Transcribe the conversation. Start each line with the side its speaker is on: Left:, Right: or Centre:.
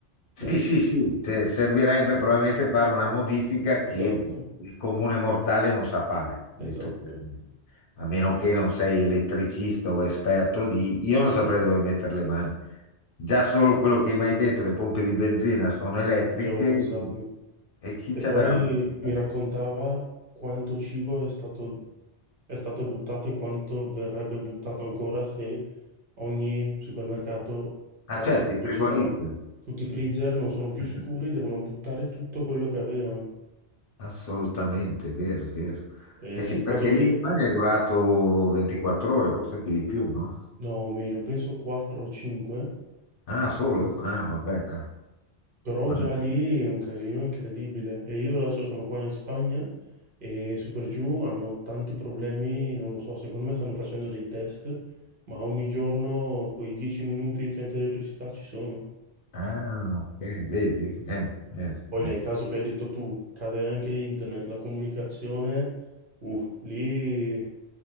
Left: Sì,
Right: Eh,
Left: sì, sì, se- servirebbe probabilmente fare una modifica che
Right: esatto,
Left: il comune mortale non sa fare, detto
Right: esatto,
Left: chiaramente. A meno che non sei elettricista o esperto di... Io non saprei dove mettere le mani. Già solo quello che mi hai detto, le pompe di benzina sono elettriche
Right: non ci avevo pensato.
Left: e chi
Right: E
Left: ci
Right: poi
Left: aveva mai pensato?
Right: mi raccontava quanto cibo è stato, è stato buttato e quanto verrebbe buttato ancora se ogni supermercato
Left: Ah,
Right: cade
Left: certo,
Right: in
Left: i frigoriferi.
Right: pubblicità. Tutti i freezer non sono più
Left: <laughs>
Right: sicuri, devono buttare tutto quello che avevano.
Left: Assolutamente, vero, vero.
Right: E
Left: Eh
Right: nel
Left: sì,
Right: caso
Left: perché
Right: che...
Left: lì in Spagna è durato 24 ore, forse anche di più, no?
Right: No, meno, penso 4 o 5.
Left: Ah, solo? Ah, vabbè. Ah,
Right: Però
Left: va-
Right: già lì è un casino incredibile. E io adesso sono qua in Spagna e Super Giù hanno tanti problemi, non lo so, secondo me stanno facendo dei test, ma ogni giorno quei 10 minuti senza elettricità ci sono.
Left: ah, ok, vedi? Eh, eh,
Right: Poi
Left: eh.
Right: nel caso che hai detto tu, cade anche internet, la comunicazione, uh, lì...